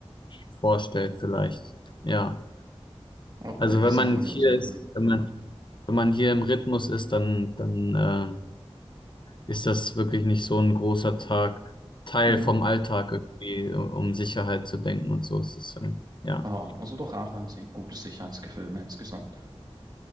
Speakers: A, on the left; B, on the right.
A: vorstellt vielleicht. Ja,
B: okay,
A: also
B: das
A: wenn
B: sind
A: man
B: Gonios.
A: hier
B: Mhm.
A: ist, wenn man, wenn man hier im Rhythmus ist, dann, dann äh, ist das wirklich nicht so ein großer Tag, Teil
B: Mhm.
A: vom Alltag irgendwie, um Sicherheit zu denken und so ist es dann. Ja,
B: Ah, also doch auch ein sie- gutes Sicherheitsgefühl insgesamt.